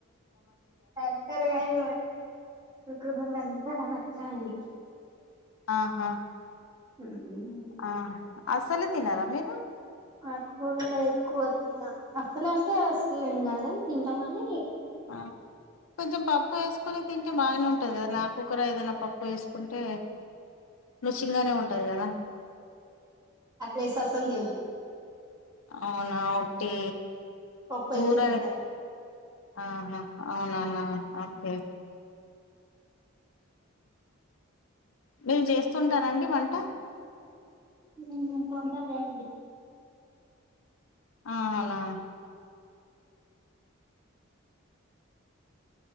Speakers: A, on the right; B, on the left.
A: ఎక్కర కానీ పోనకండి పాకం వచ్చా అండి
B: ఆహ
A: హు
B: ఆ అసలు తినరా మీరు
A: ఆకు కూరలు ఎక్కువ తిన అసలు అంటే అసలుదని తింటాంమని
B: ఆ కొంచెం పప్పు వేసు కొని తింటే బాగానే ఉంటది కదా నా కుక్కర ఏదైనా పప్పు వేసుకుంటే రుచి గానే ఉంటది కదా
A: అట్లె ఎస్తే అస్సలు దని
B: అవునా ఒట్టి
A: పప్పు
B: కూర
A: అయితే తింటా
B: ఆహ అవునాన ఓకే మీర్‌ చేస్తుంటారంండి వంట
A: ఉమ్మ్ పొంతర్‌ తాండి
B: అ అవున